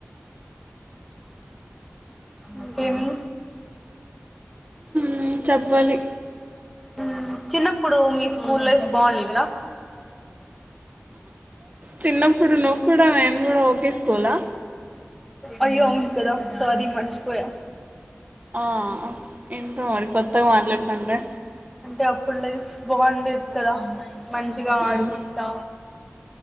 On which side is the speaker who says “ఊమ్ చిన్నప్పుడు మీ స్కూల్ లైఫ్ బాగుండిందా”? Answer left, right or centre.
Centre